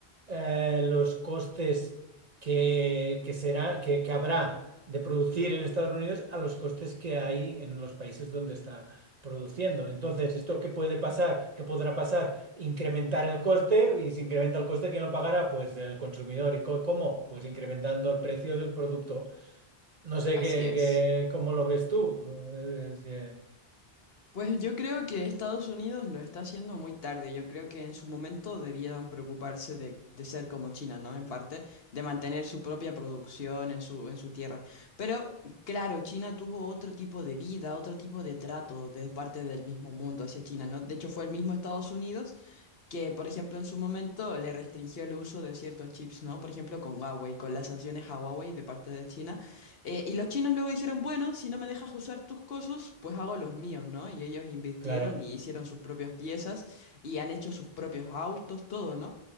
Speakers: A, on the right; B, on the left.
A: eh, los costes que, que será, que, que habrá de producir en Estados Unidos a los costes que hay en los países donde está produciendo. Entonces, ¿esto qué puede pasar? ¿Qué podrá pasar? Incrementar el coste y si incrementa el coste, ¿quién lo pagará? Pues el consumidor. ¿Y co- cómo? Pues incrementando el precio del producto. No sé
B: Así
A: qué,
B: es.
A: qué- cómo lo ves tú. Eh, es que-
B: Pues yo creo que Estados Unidos lo está haciendo muy tarde. Yo creo que en su momento debieron preocuparse de, de ser como China, ¿no? En parte, de mantener su propia producción en su, en su tierra. Pero claro, China tuvo otro tipo de vida, otro tipo de trato de parte del mismo mundo hacia China, ¿no? De hecho, fue el mismo Estados Unidos que, por ejemplo, en su momento le restringió el uso de ciertos chips, ¿no? Por ejemplo, con Huawei, con las sanciones a Huawei de parte de China. Eh, y los chinos luego dijeron, bueno, si no me dejas usar tus cosas, pues hago los míos, ¿no? Y ellos invirtieron
A: claro.
B: y hicieron sus propias piezas y han hecho sus propios autos, todo, ¿no?